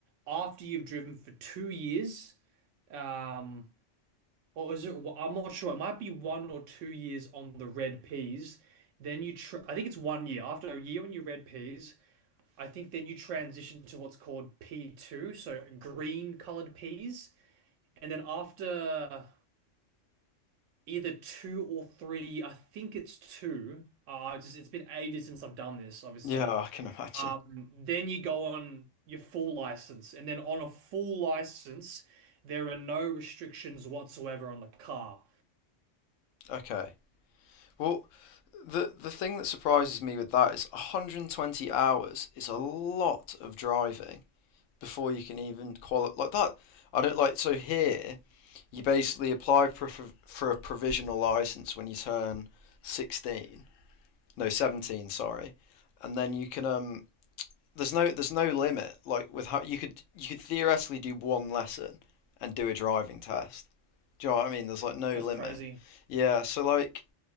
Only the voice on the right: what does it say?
after you've driven for two years. Um, or is it? I'm not sure. It might be one or two years on the red peas. Then you, tr I think it's one year. After a year on your red peas, I think then you transition to what's called P2, so green colored peas. And then after either two or three, I think it's two. Uh, it's just, it's been ages since I've done this, obviously.
Um, then you go on your full license, and then on a full license, there are no restrictions whatsoever on the car.
That's
crazy.